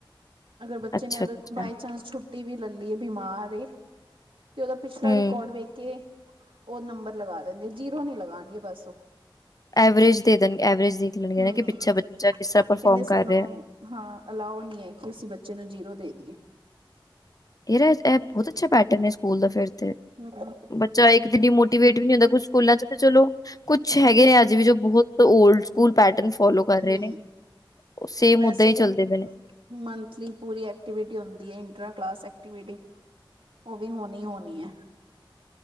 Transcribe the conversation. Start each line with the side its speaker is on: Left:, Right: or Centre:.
Right: ਅਗਰ ਬੱਚੇ
Left: ਅੱਛਾ
Right: ਨੇ ਅਗਰ
Left: ਅੱਛਾ
Right: ਬਾਈ ਚਾਂਸ ਛੁੱਟੀ ਛੁੱਟੀ ਵੀ ਲੈ ਲਈ ਬਿਮਾਰ ਏ ਤੇ ਉਹਦਾ ਪਿਛਲਾ
Left: ਹੂੰ
Right: ਰਿਕਾਰਡ ਵੇਖ ਕੇ ਉਹ ਨੰਬਰ ਲਗਾ ਦਿੰਦੇ, ਜੀਰੋ ਨਹੀਂ ਲਗਾਉਣਗੇ ਬਸ ਉਹ
Left: ਐਵਰੇਜ ਦੇ ਦੇਣ ਐਵਰੇਜ ਦੇਖ ਲੇਣਗੇ
Right: ਹਮ
Left: ਨਾ, ਕਿ ਪਿੱਛੇ ਬੱਚਾ ਕਿਸ ਤਰ੍ਹਾਂ
Right: ਕਹਿੰਦੇ
Left: ਪਰਫੋਰਮ
Right: ਸਾਨੂੰ
Left: ਕਰ ਰਿਹਾ।
Right: ਹਾਂ, ਅਲਾਓ ਨਹੀਂ ਹੈ ਕਿ ਅਸੀਂ ਬੱਚੇ ਨੂੰ ਜੀਰੋ ਦੇ ਦੀਏ।
Left: ਇਹਦਾ, ਇਹ ਬਹੁਤ ਅੱਛਾ ਪੈਟਰਨ ਹੈ ਸਕੂਲ ਦਾ ਫਿਰ ਤੇ
Right: ਹਮ <unintelligible>
Left: ਬੱਚਾ ਇੱਕ ਤੇ ਡੀ ਮੋਟੀਵੇਟ ਵੀ ਨੀ ਹੁੰਦਾ, ਕੁੱਛ ਸਕੂਲਾਂ 'ਚੱ ਤੇ ਚਲੋ ਕੁੱਛ ਹੈਗੇ ਨੇ ਅੱਜ ਵੀ, ਜੋ ਬਹੁਤ ੳਲਡ ਸ ਸਕੂਲ ਪੈਟਰਨ ਫੋਲੋ ਕਰ ਰਹੇ
Right: ਹਮ
Left: ਨੇ, ਉਹ ਸੇਮ
Right: ਵੈਸੇ
Left: ਉੱਦਾਂ ਹੀ
Right: ਤੇ
Left: ਚੱਲਦੇ ਪਏ ਨੇ।
Right: ਮੰਥਲੀ ਪੂਰੀ ਐਕਟੀਵਿਟੀ ਹੁੰਦੀ ਹੈ, ਇੰਟਰਾ ਕਲਾਸ ਐਕਟੀਵਿਟੀ। ਉਹ ਵੀ ਹੋਣੀ, ਹੋਣੀ ਹੈ।